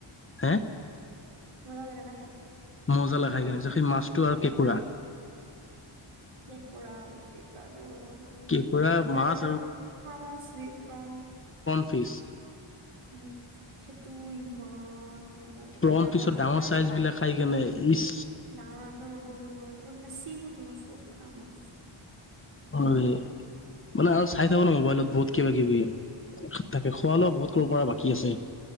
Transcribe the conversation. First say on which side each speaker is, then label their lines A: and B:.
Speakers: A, on the left (about 25°); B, on the right (about 80°).
A: হে?
B: মজা লাগে না খাই?
A: মজা লাগে খাইকেনে সেই মাছটো আৰু কেকোৰা।
B: কেঁকোৰা হয় কেঁকোৰাটো ব, মে
A: কি পুৰা মাছ
B: আৰু এটা প্ৰনি প্ৰন
A: অফিছ
B: উম সেইটো ইমান মজা লাগে
A: প্ৰন
B: ডাঙৰটো
A: ফিচৰ ডাঙৰ
B: খাইতো
A: চাইজ বিলাক খাই কেনে ইচ
B: না তোমাৰ বহুত মান বানেি ফুড মই চব খাম ম
A: হয় মানে আৰু চাই থাকো ন মোবাইলত বহুত কিবা কিবি তাকে খোৱালেও বহুত ক কৰা ব বাকী আছে,